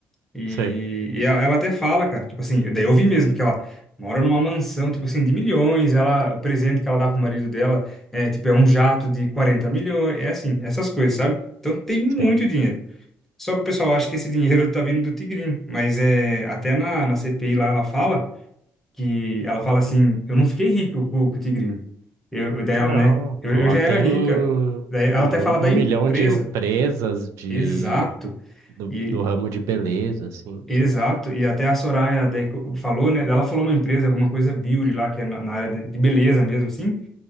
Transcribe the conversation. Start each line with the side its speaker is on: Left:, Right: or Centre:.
Centre: E,
Right: Sim,
Centre: e ela, ela até fala, cara, tipo assim, eu- daí eu vi mesmo que ela mora numa mansão, tipo assim, de milhões. Ela, o presente que ela dá pro marido dela é, tipo, é um jato de 40 milhões. É assim, essas coisas, sabe? Então tem muito
Right: sim.
Centre: dinheiro. Só que o pessoal acha que esse dinheiro tá vindo do Tigrinho, mas é, até na, na CPI lá ela fala. que ela fala assim, eu não fiquei rico com, com o tigrinho. Eu, eu- daí ela,
Right: Não,
Centre: né? Eu,
Right: lá
Centre: eu já
Right: tem
Centre: era rica.
Right: um,
Centre: Daí ela
Right: um
Centre: até fala da empresa.
Right: milhão de empresas de,
Centre: Exato.
Right: do,
Centre: E
Right: do ramo de beleza, assim,
Centre: exato.
Right: então,
Centre: E até a Soraya daí co- falou, né? Ela falou uma empresa, alguma coisa beauty lá, que é na, na área de de beleza mesmo, assim.